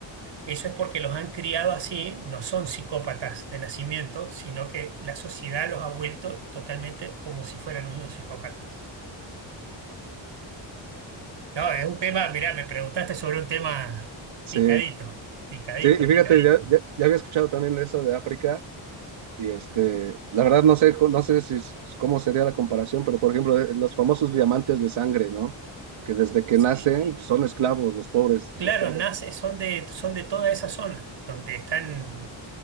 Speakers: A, on the right (about 65°); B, on the right (about 80°).
A: Eso es porque los han criado así, no son psicópatas de nacimiento, sino que la sociedad los ha vuelto totalmente como si fueran unos psicópatas. No, es un tema, mirá, me preguntaste sobre un tema
B: Sí,
A: picadito, picadito,
B: sí, y fíjate,
A: picadito.
B: ya, ya, ya había escuchado también eso de África y este, la verdad no sé, cu- no sé si, s- cómo sería la comparación, pero por ejemplo, eh, los famosos diamantes de sangre, ¿no? Que desde que
A: Sí.
B: nacen son esclavos, los pobres,
A: Claro,
B: los pobres
A: nace, son de, son de toda esa zona, donde están